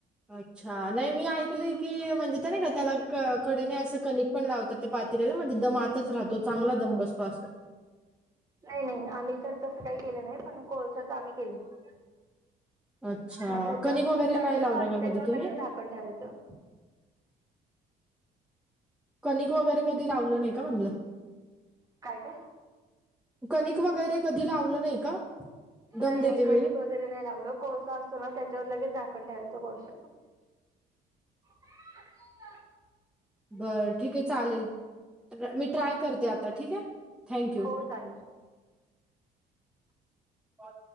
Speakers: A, in the centre; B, on the right (about 20°).
A: अच्छा नाही मी ऐकलंय, की म्हणजे ते नाही का त्याला क-कडेने असं कनिक पण लावतात ते पातेल्याला म्हणजे दम आतच राहतो, चांगला दम बसतो असं.
B: नाही नाही आम्ही तर तसं काही केलं नाही, पण कोळशाच आम्ही केलंय.
A: अच्छा
B: मग, त्याच्यावर
A: कणिक वगैरे
B: तूप टाकायचं
A: नाही लावलं
B: आणि
A: का
B: त्याच्यावर
A: कधी तुम्ही
B: लगेच झाकण ठेवायचं.
A: कणिक वगैरे कधी लावलं नाही का म्हणलं?
B: काय? काय?
A: कणीक वगैरे कधी लावलं नाही का? दम
B: नाही
A: देते
B: नाही करी
A: वेळी
B: ब <unintelligible> नाही लाव लोकोळसा असतो ना त्याच्यावर लगेच झाकण ठेवायचं कोळशच <unintelligible>
A: बरं ठीक आहे चालेल मी ट्राय करते आता ठीक आहे. थँक्यू.
B: हो चालेल.
A: कॉल.